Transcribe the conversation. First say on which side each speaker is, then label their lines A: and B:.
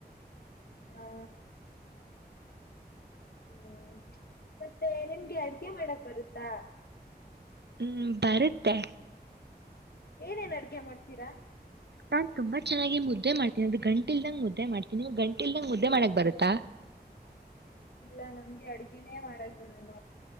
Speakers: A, on the left (about 70°); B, on the right (about 80°).
A: ಹಾ ಹ್ಮ ಮತ್ತೆ ನಿಮ್ಗೆ ಅಡ್ಗೆ ಮಾಡಕ್ ಬರುತ್ತಾ
B: ಹ್ಮ್ ಬರುತ್ತೆ
A: ಏನೇನ್ ಅಡ್ಗೆ ಮಾಡ್ತೀರಾ
B: ನಾನ್ ತುಂಬಾ ಚೆನ್ನಾಗಿ ಮುದ್ದೆ ಮಾಡ್ತೀನಿ ಅದು ಗಂಟ ಇಲ್ದಂಗ ಮುದ್ದೆ ಮಾಡ್ತೀನಿ ಗಂಟಿ ಇಲ್ದಂಗ್ ಮುದ್ದೆ ಮಾಡಕ್ ಬರುತ್ತಾ
A: ಎಲ್ಲ ನಮ್ಗೆ ಅಡ್ಗೆನೇ ಮಾಡಕ್ ಬರಲ್ಲ